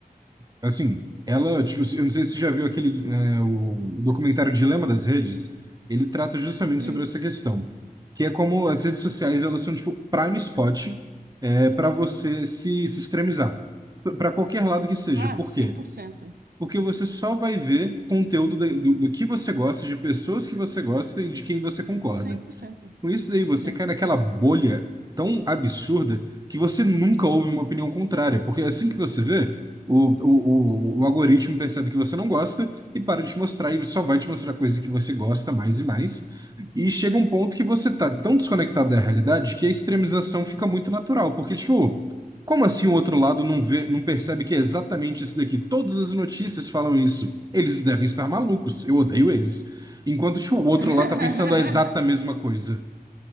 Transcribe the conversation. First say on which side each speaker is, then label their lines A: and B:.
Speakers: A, on the right; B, on the right.
A: Assim, ela, tipo, eu não sei se você já viu aquele, é, o documentário Dilema das Redes, ele trata justamente
B: hum.
A: sobre essa questão, que é como as redes sociais, elas são, tipo, prime spot, é, para você se, se extremizar, para qualquer lado que seja.
B: Ah,
A: Por
B: cem
A: quê?
B: cem por por cento,
A: Porque você só vai ver conteúdo da- do, do que você gosta, de pessoas que você gosta e de quem você concorda.
B: cem por cento,
A: Com isso daí, você
B: cem
A: cai
B: por
A: naquela
B: cento.
A: bolha tão absurda que você nunca ouve uma opinião contrária, porque assim que você vê, o, o, o, o algoritmo percebe que você não gosta e para de te mostrar e só vai te mostrar coisa que você gosta mais e mais. E chega um ponto que você tá tão desconectado da realidade que a extremização fica muito natural, porque, tipo, como assim o outro lado não vê, não percebe que é exatamente isso daqui? Todas as notícias falam isso. Eles devem estar malucos, eu odeio eles. Enquanto, tipo, o outro
B: <laughs>
A: lá tá pensando a exata mesma coisa.